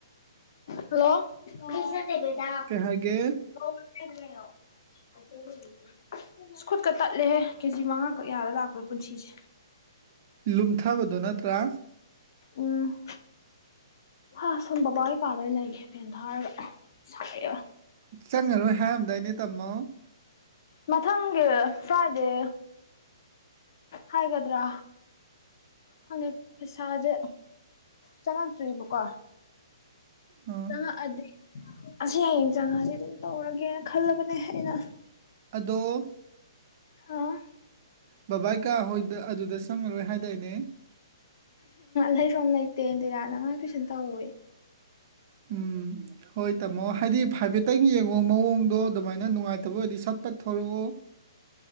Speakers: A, on the left; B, on the right.
A: <inaudible> ꯍꯜꯂꯣ <unintelligible>
B: ꯀꯩ ꯍꯥꯏꯒꯦ
A: <unintelligible> ꯁꯀꯨꯠꯀ ꯇꯠꯂꯦꯍꯦ ꯀꯦꯖꯤ ꯃꯉꯥꯈꯛ ꯌꯥꯔꯒ ꯂꯥꯛꯄ ꯄꯨꯟꯁꯤꯁꯦ
B: ꯂꯨꯝꯊꯕꯗꯣ ꯅꯠꯇ꯭ꯔꯥ
A: ꯎꯝ ꯍꯥꯥ ꯁꯣꯝ ꯕꯥꯕꯥꯍꯣꯏ ꯀꯥꯗ ꯑꯣꯏꯅ ꯂꯩꯒꯦ ꯐꯦꯟ ꯊꯥꯔꯒ ꯁꯥꯌꯦꯕ
B: ꯆꯪꯉꯔꯣꯏ ꯍꯥꯏꯔꯝꯗꯥꯏꯅꯦ ꯇꯝꯃꯣ
A: ꯃꯊꯪꯒꯤ ꯐ꯭ꯔꯥꯏꯗꯦ ꯍꯥꯏꯒꯗ꯭ꯔꯥ ꯈꯪꯉꯦ ꯄꯩꯁꯥꯁꯦ ꯆꯪꯉꯛꯇ꯭ꯔꯤꯕꯀꯣ
B: ꯑ
A: ꯆꯉꯛꯑꯗꯤ ꯑꯁ ꯍꯌꯦꯡ ꯆꯪꯉꯗꯤ ꯑꯗꯨꯝ ꯇꯧꯔꯒꯦꯅ ꯈꯜꯂꯕꯅꯦ ꯑꯩꯅ
B: ꯑꯗꯣ
A: ꯑꯥ
B: ꯕꯕꯥ ꯀꯥ ꯍꯣꯏꯗ ꯑꯗꯨꯗ ꯆꯪꯉꯔꯣꯏ ꯍꯥꯏꯗꯥꯏꯅꯦ
A: ꯂꯩꯐꯝ ꯂꯩꯇꯦ ꯏꯟꯗꯤꯔꯥꯅ ꯑꯉꯥꯡ ꯇꯨꯏꯁꯟ ꯇꯧꯋꯦ
B: ꯎꯝ ꯍꯣꯏ ꯇꯥꯝꯃꯣ ꯍꯥꯏꯗꯤ ꯐꯥꯏꯐꯦꯠꯇꯪ ꯌꯦꯡꯉꯣ ꯃꯑꯣꯡꯗꯣ ꯑꯗꯨꯃꯥꯏꯅ ꯅꯨꯡꯉꯥꯏꯇꯕ ꯑꯣꯏꯔꯗꯤ ꯁꯠ ꯐꯠ ꯊꯣꯂꯛꯑꯣ